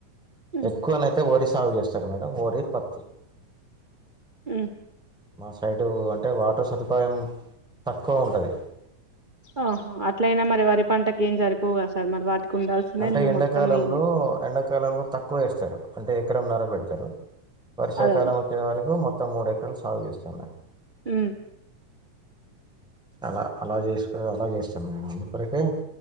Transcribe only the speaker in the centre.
ఎక్కువనైతే వరి సాగు చేస్తారు మేడం వోరి పత్తి
మా సైడు అంటే వాటర్ సదుపాయం తక్కువ ఉంటుంది
అంటే
ఎండాకాలంలో
ఎండాకాలంలో తక్కువ వేస్తారు అంటే ఎకరం నరబెడతారు వర్షాకాలం
వచ్చే వరకు మొత్తం మూడెకరాలు సాగు చేస్తున్నాయి
అలా అలా చేసుకో అలా చేస్తాను నేను అంతకరకే